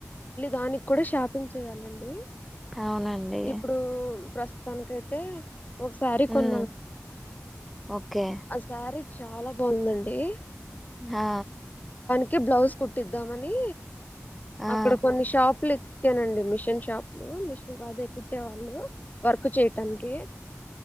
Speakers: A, on the left (about 35°); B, in the centre.
A: దానిక్కూడ షాపింగ్ చెయ్యాలండీ
B: అవునండి
A: ఇప్పుడూ ప్రస్తుతానికైతే ఒక్సారి కొన్నాను.
B: మ్మ్ ఓకే
A: ఆ సారీ చు చాలా బావుందండీ.
B: హా
A: కే బ్లౌజ్ కుట్టిద్దామనీ
B: ఆ
A: అక్కడ కొన్ని షాప్లీక్ ఓకేనండి మిషన్ షాప్లూ, మిషన్ అదే కుట్టే వాళ్ళు వర్క్ చేయ్టానికీ